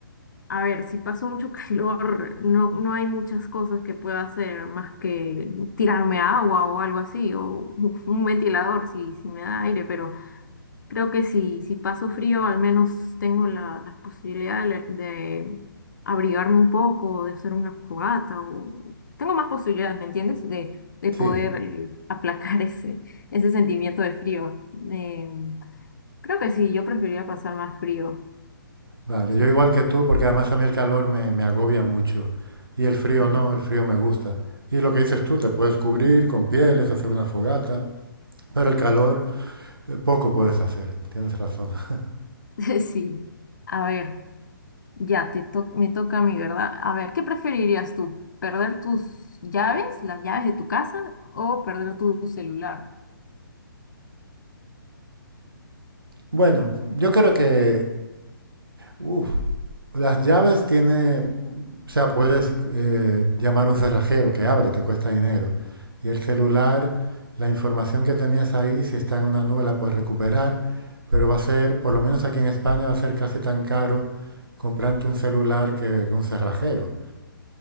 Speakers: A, on the left; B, on the right.
A: a ver, si paso mucho <laughs> calor, no, no hay muchas cosas que pueda hacer más que tirarme agua o algo así, o <laughs> un ventilador si, si me da aire, pero... Creo que si, si paso frío, al menos tengo la, las posibilidades de, le- de abrigarme un poco, de hacer una fogata, o tengo más posibilidades, ¿me entiendes? De, de
B: Sí,
A: poder eh, <laughs> aplacar ese, ese sentimiento de frío. Eh, creo que sí, yo preferiría pasar más frío.
B: Vale,
A: Sí,
B: yo igual
A: sí.
B: que tú, porque además a mí el calor me, me agobia mucho y el frío
A: Ujú.
B: no, el frío me gusta. Y lo que dices tú, te puedes cubrir con pieles, hacer una fogata, pero el calor eh, poco puedes hacer, tienes razón. <laughs>
A: <laughs> Sí. A ver, ya te to- me toca a mí, ¿verdad? A ver, ¿qué preferirías tú? ¿Perder tus llaves, las llaves de tu casa, o perder tu celular?
B: Bueno, yo creo que Uf. Las llaves tiene, o sea, puedes eh, llamar a un cerrajero que abra y te cuesta dinero. Y el celular, la información que tenías ahí, si está en una nube, la puedes recuperar, pero va a ser, por lo menos aquí en España, va a ser casi tan caro comprarte un celular que, que un cerrajero.